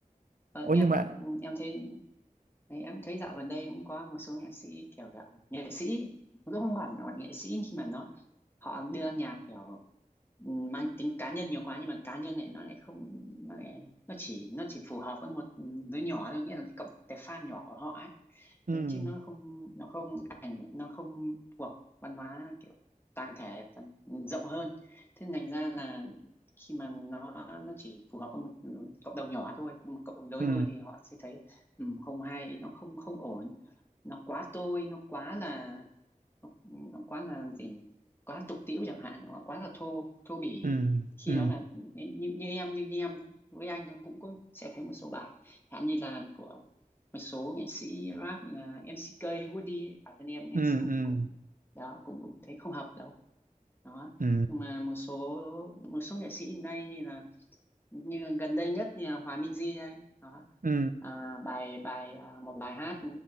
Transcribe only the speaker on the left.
ờ,
em
em thấy em thấy dạo gần đây cũng có một số nhạc sĩ kiểu kiểu nghệ sĩ cũng không hẳn gọi nghệ sĩ nhưng mà nó họ đưa nhạc kiểu ừ, mang tính cá nhân nhiều quá nhưng mà cá nhân này nó lại không nó lại, nó chỉ nó chỉ phù hợp với một đứa nhỏ thôi nghĩa là cộng cái fan nhỏ của họ ấy
Thế chứ nó không nó không ảnh nó không thuộc văn hóa kiểu toàn thể toàn, rộng hơn thế nên thành ra là khi mà nó nó chỉ phù hợp với một cộng đồng nhỏ thôi nhưng mà cộng đồng lớn
hơn thì họ sẽ thấy ừ, không hay nó không không ổn nó quá tôi nó quá là nó, nó quá là gì nhỉ quá tục tĩu chẳng hạn nó quá là thô thô bỉ
khi
đó là như, như em như, như em với anh tôi cũng có sẽ thấy một số bài chẳng hạn như là của một số nghệ sĩ rap như là MCK hay Woody ấy, bản thân em em
xem
cũng đó cũng cũng thấy không hợp đâu đó
nhưng mà một số một số nghệ sĩ hiện nay như là như gần đây nhất như là Hòa Minzy đây đó
à, bài bài à, một bài hát